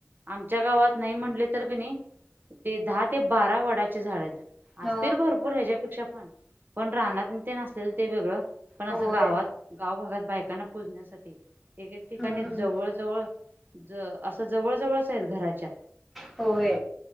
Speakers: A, on the right; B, in the centre.
A: आमच्या गावात नाही म्हटले तर कणी ते दहा ते बारा वडाचे झाड आहेत. असतील
B: ह
A: भरपूर ह्याच्यापेक्षा पण पण रानातनि तेन असलेलं ते वेगळं पण
B: होय
A: असं गावात. गाव भागात बायकांना पुजण्यासाठी एकक ठिकाणी
B: हम्म
A: जवळ जवळ. ज असं जवळ जवळच आहेत घराच्या
B: होय